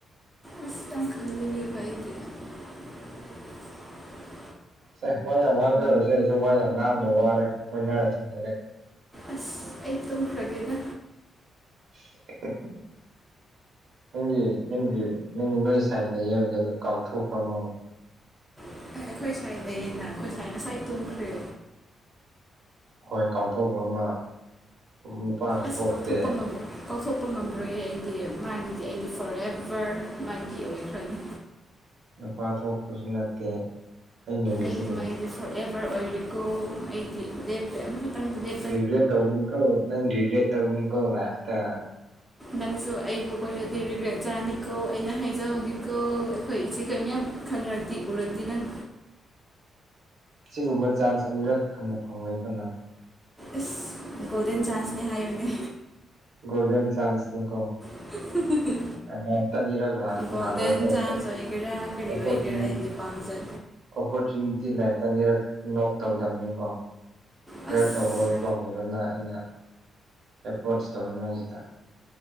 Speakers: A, in the centre; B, on the right (about 65°).
A: ꯑꯁ ꯇꯝ ꯈꯟꯒꯤꯒꯦꯕ ꯑꯩꯗꯤ <inaudible>
B: ꯁꯦ ꯋꯥ ꯌꯥꯝ ꯉꯥꯡꯅꯔꯣꯏꯁꯦ ꯑꯩꯁꯨ ꯋꯥ ꯌꯥꯝ ꯉꯥꯡꯕꯗ ꯋꯥꯔꯦ ꯈꯣꯏꯅꯔꯁꯦ ꯗꯥꯏꯔꯦꯛ
A: ꯑꯁ ꯑꯩ ꯇꯨꯝꯈ꯭ꯔꯒꯦꯗ
B: <unintelligible> ꯅꯪꯒꯤ ꯅꯪꯒꯤ ꯅꯪꯒꯤ ꯅꯣꯏ ꯁꯥꯏ ꯂꯩꯌꯦ ꯍꯥꯏꯕꯗꯣ ꯀꯥꯎꯊꯣꯛꯈ꯭ꯔꯕꯣ?
A: ꯑꯦ ꯑꯩꯈꯣꯏ ꯁꯥꯏ ꯂꯩꯌꯦꯅ ꯑꯩꯈꯣꯏ ꯁꯥꯏ ꯉꯁꯥꯏ ꯇꯨꯝꯈ꯭ꯔꯦ
B: ꯍꯣꯏ ꯀꯥꯎꯊꯣꯛꯈ꯭ꯔꯣ ꯦꯃ ꯅꯨꯄꯥꯁꯨ
A: ꯑꯁ
B: ꯊꯣꯛꯇꯦ
A: ꯀꯥꯎꯊꯣꯛꯄ ꯉꯝꯔꯣꯏ ꯀꯥꯎꯊꯣꯛꯄ ꯉꯝꯔꯣꯏꯌꯦ ꯑꯩꯗꯤ ꯃꯥꯒꯤꯗꯤ ꯑꯩꯗꯤ ꯐꯣꫪꯑꯦꯕꯔ ꯃꯥꯒꯤ ꯑꯣꯏꯈ꯭ꯔꯅꯤ꯫
B: ꯅꯨꯄꯥ ꯊꯣꯛꯄꯁꯨ ꯅꯠꯇꯦ ꯑꯩ ꯂꯩꯔꯤꯁꯤꯗꯤ
A: ꯑꯩꯒꯤ ꯃꯥꯏꯟꯗꯤ ꯐꯣꯔꯑꯦꯚꯔ ꯑꯣꯏꯔꯤꯀꯣ ꯑꯩꯗꯤ ꯂꯦꯞꯄꯦ ꯑꯃꯈꯛꯇꯪꯗ ꯂꯦꯞ
B: ꯍꯒꯦ ꯇꯧꯅꯤ ꯀꯣ ꯅꯪ ꯍꯤꯔꯦ ꯇꯒꯅꯤ ꯀꯧ ꯂꯇ
A: ꯅꯪꯁꯨ ꯑꯩꯕꯨ ꯀꯣꯏꯔꯗꯤ ꯔꯤꯒ꯭ꯔꯦꯠ ꯆꯥꯅꯤꯀꯣ ꯑꯩꯅ ꯍꯥꯏꯖꯍꯧꯤꯀꯣ ꯑꯩꯈꯣꯏ ꯏꯆꯦꯈꯣꯏ ꯃꯌꯥꯝ ꯈꯪꯔꯗꯤ ꯎꯔꯗꯤ ꯅꯪ
B: ꯑꯁꯤꯒꯨꯝꯕ ꯆꯥꯟꯆ ꯑꯅꯤꯔꯛ ꯍꯟꯅ ꯐꯪꯉꯣꯏꯀꯣ ꯅꯪ
A: ꯏꯁ ꯒꯣꯜꯗꯦꯟ ꯆꯥꯟꯆꯅꯦ ꯍꯥꯏꯌꯣꯅꯦ
B: ꯒꯣꯜꯗꯟ ꯆꯥꯟꯆ ꯅꯤꯀꯣ
A: <unintelligible>
B: ꯑꯃꯣꯛꯇ ꯑꯅꯤꯔꯛ ꯂꯥꯛ
A: ꯒꯣꯜꯗꯟ
B: ꯂꯥꯛꯑꯣꯏꯀꯣ
A: ꯆꯥꯟꯆ ꯑꯣꯏꯒꯦꯔꯥ ꯀꯔꯤ
B: ꯑꯣꯄꯣꯔꯆꯨꯅꯤ
A: ꯑꯣꯏꯒꯦꯔꯥ ꯑꯩꯗꯤ ꯄꯥꯝꯖ
B: ꯑꯣꯄꯣꯔꯆꯨꯅꯤꯇꯤ ꯂꯥꯏꯐꯇ ꯑꯅꯤꯔꯛ ꯅꯣꯛ ꯇꯧꯗꯕꯅꯤꯀꯣ ꯄ꯭ꯔꯦꯞ
A: ꯑꯁ
B: ꯇꯧꯍꯧꯔꯣꯀꯣ ꯗꯨꯗ ꯅꯥ ꯑꯩꯅ ꯑꯦꯄ꯭ꯔꯣꯆ ꯇꯧꯔꯤꯉꯩꯖꯤꯗ